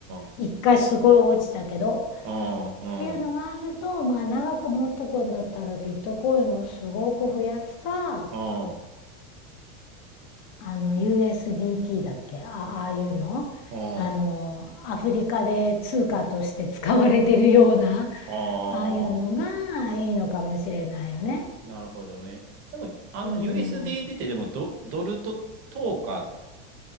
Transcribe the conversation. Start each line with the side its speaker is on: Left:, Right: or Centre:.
Right: あ。
Left: 一回すごい落ちたけど
Right: あんあん
Left: っていうのがあるとまあ長く持っとくんだったらビットコインをすごく増やすか
Right: あん
Left: あの USDT だっけあああいうの
Right: うん
Left: あのアフリカで通貨として使われてるような
Right: ああ、
Left: ああいうのがいいのかもしれないよね。
Right: なるほどね。でも、あの、
Left: うん、
Right: USDT ってでもド、ドルと等か